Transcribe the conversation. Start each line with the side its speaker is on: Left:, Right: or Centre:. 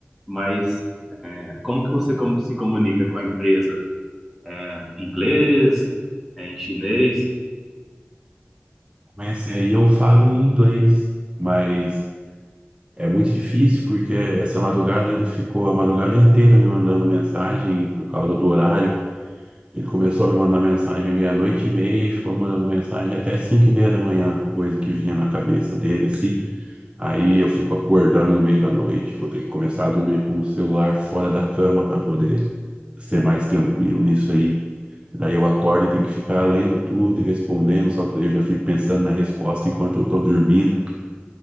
Centre: Mas é, como que você com- se comunica com a empresa? É, Em inglês? É, em chinês?
Right: com esse aí eu falo em inglês, mas é muito difícil porque essa madrugada ele ficou a madrugada inteira me mandando mensagem por causa do horário. Ele começou a me mandar mensagem meia-noite e meia e ficou me mandando mensagem até cinco e meia da manhã, coisa que vinha na cabeça dele, assim. Aí eu fico acordando no meio da noite, vou ter que começar a dormir com o celular fora da cama para poder ser mais tranquilo nisso aí. Daí eu acordo e tenho que ficar lendo tudo e respondendo, só que daí eu já fico pensando na resposta enquanto eu tô dormindo.